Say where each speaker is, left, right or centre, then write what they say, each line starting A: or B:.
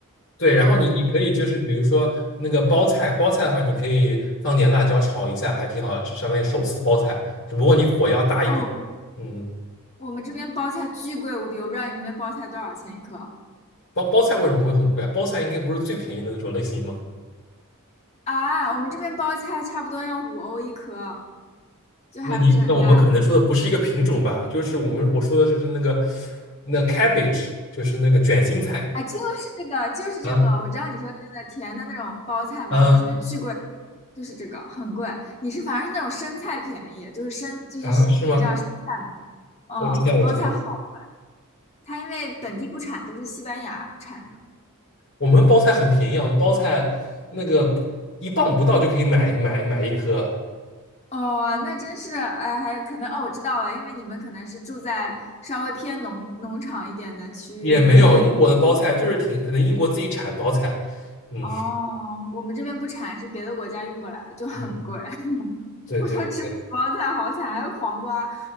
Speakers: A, on the left; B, on the left.
A: 对，然后你你可以就是比如说那个包菜，包菜的话，你可以放点辣椒炒一下，还挺好吃，相当于手撕包菜，只不过你火要大一点。
B: 哦，
A: 嗯，
B: 我们这边包菜巨贵无比，我不知道你那边包菜多少钱一颗
A: 包包菜为什么会很贵啊？包菜应该不是最便宜的那种类型吗？
B: 啊？我们这边包菜差不多要五欧一颗，就还不是很大的。
A: 那你那我们可能说的不是一个品种吧？就是我们我说的就是那个那 cabbage，就是那个卷心菜
B: 哎，就是这个，就是这个，
A: 啊
B: 我知道你说的那个甜的那种包菜嘛，
A: 啊
B: 我们这边巨贵，就是这个很贵。你是反而是那种生菜便宜，就是生就是你知道生菜。
A: 啊，是吗？
B: 哦，
A: 我知道，我知道，
B: 包菜好了，它因为本地不产，都是西班牙产的。
A: 我们包菜很便宜啊，我们包菜那个一磅不到就可以买买买一颗，
B: 哦，那真是，哎，还可能哦，我知道了，因为你们可能是住在稍微偏农农场一点的区域里面，
A: 也没有英国的包菜就是挺可能英国自己产包菜，
B: 它可能
A: 嗯
B: 哦，我们这边不产，是别的国家运过来的，就很贵。
A: 嗯，<laughs>
B: <laughs>
A: 对对对，
B: 我说吃不起包菜，好惨，还有黄瓜，